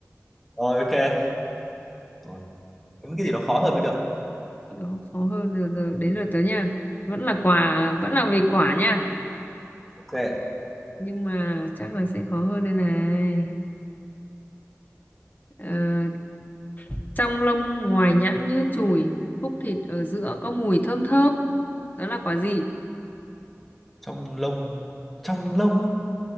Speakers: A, in the centre; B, on the left.
A: rồi ok rồi kiếm cái
B: Đấy,
A: gì đó khó hơn mới được
B: Đó, khó hơn rồi, rồi, đến lượt tớ nha. Vẫn là quả, vẫn là về quả nha.
A: ok
B: Nhưng mà chắc là sẽ khó hơn đây này. Ờ, trong lông ngoài nhẵn như chùi, khúc thịt ở giữa có mùi thơm thơm. Đó là quả gì?
A: trong lông trong lông á